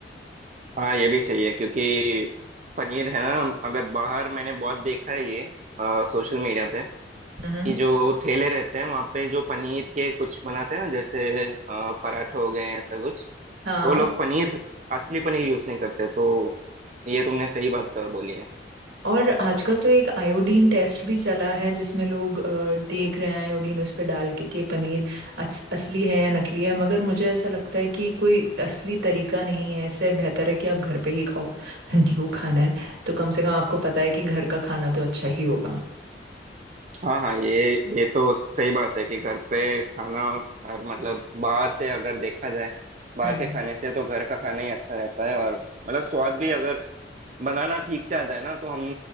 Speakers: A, on the right (about 40°); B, on the right (about 80°).
A: हाँ ये भी सही है क्योंकि पनीर है ना अगर बाहर मैंने बहुत देखा है ये सोशल मीडिया पे
B: हम्म
A: कि जो ठेले रहते हैं वहाँ पे जो पनीर के कुछ बनाते हैं ना जैसे अ, पराठे हो गए ऐसा कुछ
B: हाँ
A: तो वो लोग पनीर असली पनीर यूज नहीं करते तो ये तुमने सही बात अ, बोली है
B: और आजकल तो एक आयोडीन टेस्ट भी चला है जिसमें लोग अ, देख रहे हैं आयोडीन उस पर डाल के कि पनीर अस, असली है या नकली है मगर मुझे ऐसा लगता है कि कोई असली तरीका नहीं है इससे बेहतर है कि आप घर पे ही खाओ <laughs> जो खाना है तो कम से कम आपको पता है कि घर का खाना तो अच्छा ही होगा
A: हाँ हाँ ये ये तो सही बात है कि घर पे खाना और मतलब बाहर से अगर देखा जाए बाहर
B: हम्म
A: के खाने से तो घर का खाना ही अच्छा रहता है और मतलब स्वाद भी अगर बनाना ठीक से आ जाए ना तो हम